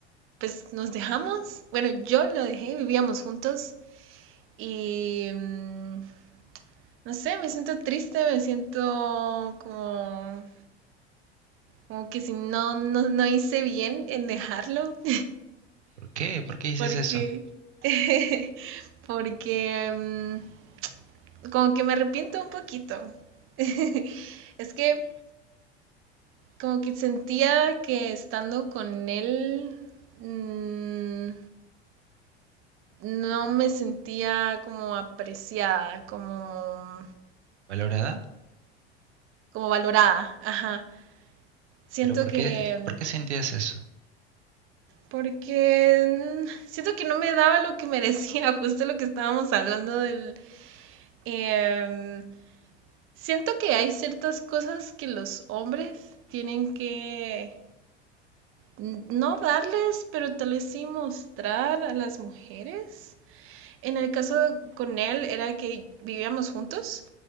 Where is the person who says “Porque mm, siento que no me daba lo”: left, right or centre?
Right